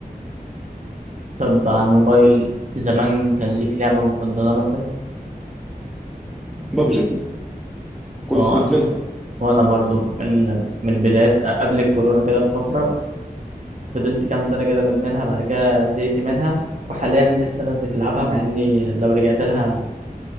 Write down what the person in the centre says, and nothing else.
ببجي كنت
مدمنها